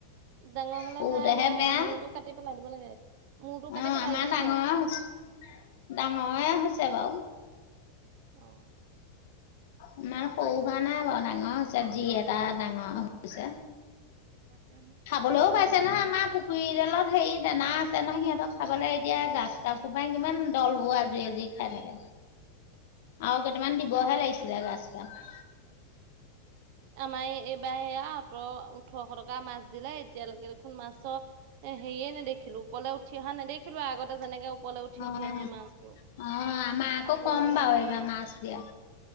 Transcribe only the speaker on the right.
ডাঙৰ হ'লে
ভাল অঁ
মূৰটো কাটি পেলাই দিব লাগে। মূৰটো
কাটি পেলাই
দিব
লাগে।
অ
অঁ।
তাকে
আমাৰ এই এইবাৰ এয়া সোতৰ ওঠৰশ টকা মাছ দিলে এতিয়ালৈকে দেখোন মাছ এ হেৰীয়ে নেদেখিলো ওপৰলে উঠি অহা নেদেখিলোৱে আৰু আগতে যেনেকে ওপৰলে উঠি
উঠি আহে মাছবোৰ।
আছে
নে নাই
নাজানো,